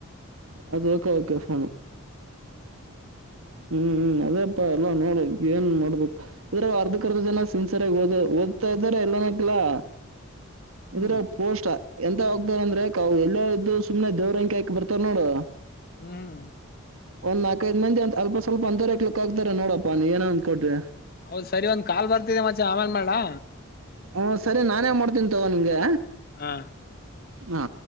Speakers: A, on the right; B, on the left.
A: ಅದು ಕೆ ಓಕೆ ಫೋನು
B: ಹ್ಮ್
A: ಹೂ ಅದೇಪ್ಪಾ ಎಲ್ಲಾ ನೋಡ ಏನ್ ನೋಡ್ಬೇಕು ಇದ್ರ ಅರ್ಧ ಅರ್ಧ ಜನ ಸಿನ್ಸಿರಾಗ ಸರಿಓದ ಓದ್ತ ್ತಾರೆ ಎಲ್ಲ ನಕ್ಲಾ
B: ಹ್ಮ್
A: ಇದ್ರ ಪೋಷಟ ಎಂತ ಹೋಗ್ತಾರ ಅಂದ್ರೆ ಕವು ಎಲ್ಲ ಇದ್ದು ಸುಮ್ನೆ ದೇವ್ರಂಗಕಿ ಹಾಕ ಬರ್ತಾರ ನೋಡು
B: ಹ್ಮ್
A: ಒಂದ್ ನಲ್ಕಐದು ಮಂದಿ ಅಪ ಸ್ವಲ್ಪ ಅಂದರ ಹ ಕಕ್ಲಿಕ್ಗ್ತ ನೋಡಪ್ಪ ನೀ ಏನ ಅ್ ಕೊೋ್ರಿ
B: ಹೌದ್ ಸರಿ ಒಂದ್ ಕಾಲ್ ಬರ್ತಿದೆ ಮತ್ತೆ ಆಮೇನ್ ಮಾಡೇ
A: ಹ ಸರಿ ನಾನೇ ಮಾಡ್ತೀನಿ ತವೋ ನಿನ್ಗೆ
B: ಹಾ
A: ಹಾ